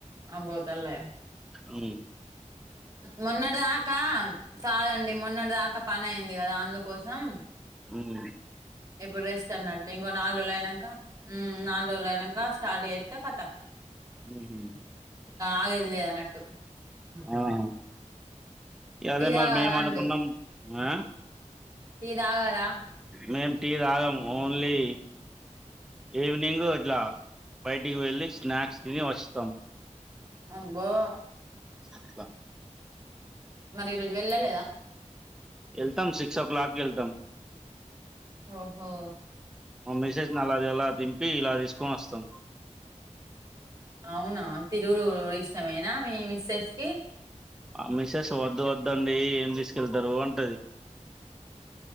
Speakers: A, on the right; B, in the centre.
A: ఆమ్ బొతాలే
B: ఉ
A: మొన్నటి దాకా కాదండి మొన్నటి దాకా పని అయింది కదా అందుక్ కోసం
B: మ్మ్
A: ఇప్పుడు రెస్ట్ అన్నట్టు ఇంకో నాలుగు రోజులు అయినాంక నాలుగు రోజులు అయినాంక స్టార్ట్ చేస్ పెద్దకథ
B: ఉహు
A: ఆగేది లేదన్నట్టు
B: ఆహ అదే
A: టీ
B: మరి
A: తాగారా
B: మేము అనుకున్నాం
A: అండి
B: ఆ
A: టీ తాగార
B: మేము టీ తాగం ఓన్లీ ఈవినింగు అట్లా బయటికి వెళ్ళి స్నాక్స్ తిని వస్తాం
A: అబ్బా
B: అట్లా
A: మరి ఈ రోజు వెళ్ళలేదా
B: వెళ్తాం సిక్స్ ఓ క్లాక్ కి వెళ్తాం
A: ఓహో
B: మా మిసేస్ ని అల దింపి ఇలా తీసుకొని వస్తాం
A: అవునా తి దూడ్ ఇష్టమేనా మీ మిస్ తెస్కే
B: మా మిస్సెస్ వద్దు వద్దండి ఏం తీసుకెళ్తారు అంటా